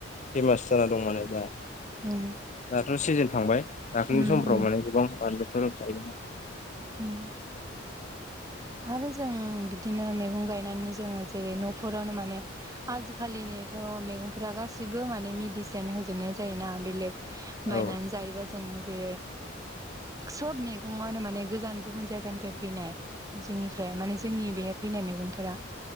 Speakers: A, on the left; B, on the right.
A: फेमास जाना दं माने दा।
B: उम
A: दाथ' सिजोन थांबाय दाखोलैनि
B: उम
A: समफ्राव माने गोबां बानलुफोर गायदोंमोन।
B: अम आरो जों बिदिनो मैगं गायनानै जोंङो जेरै न'फोरावनो माने आजिखालिनिथ' मैगंफोरा गासिबो माने मेडिसिन होजोबनाय जायोना बेलेग
A: औ
B: बायनानै जायोबा जों जे सब मैगङावनो माने गो जान गुबुन जायगानिफ्राय फैनाय जोंनिफ्राय माने जोंनि बेहाय फैनाय मैगंफोरा